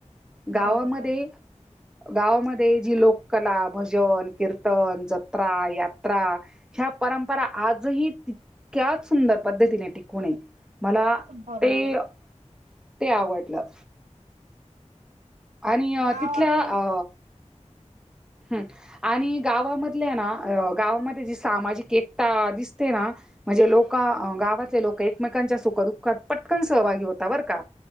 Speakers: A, in the centre; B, on the right.
A: गावामध्ये
B: बरोबर,
A: गावामध्ये जी लोककला भजन, कीर्तन, जत्रा, यात्रा, ह्या परंपरा आजही तितक्याच सुंदर पद्धतीने टिकू नये. मला
B: बरोबर.
A: ते ते आवडलं. आणि
B: गाव
A: तिथल्या
B: आणि
A: अ हम् आणि गावामधले ना गावामध्ये जी सामाजिक एकता दिसते ना! म्हणजे लोक गावातले लोक एकमेकांच्या सुखदुःखात पटकन सहभागी होता बरं का!